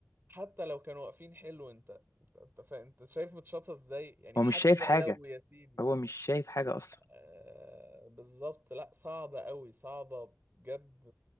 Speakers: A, on the right; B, on the left.
A: حتى لو كانوا واقفين حلو انت انت انت, فا... انت شايف متشاطة ازاي يعني
B: هو
A: حتى
B: مش شايف حاجه
A: لو ياسين
B: هو مش شايف حاجه اصلا
A: آه، بالظبط لا صعبة قوي صعبة بجد